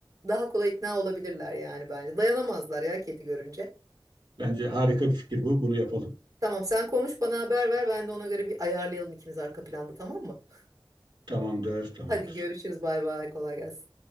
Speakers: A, on the right (about 45°); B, on the right (about 65°).
A: Daha kolay ikna olabilirler yani bence. Dayanamazlar ya kedi görünce.
B: Bence harika bir fikir bu. Bunu yapalım.
A: Tamam sen konuş bana haber ver ben de ona göre bir ayarlayalım ikimiz arka planda tamam mı? <laughs>
B: Tamamdır, tamamdır.
A: Hadi görüşürüz bay bay kolay gelsin.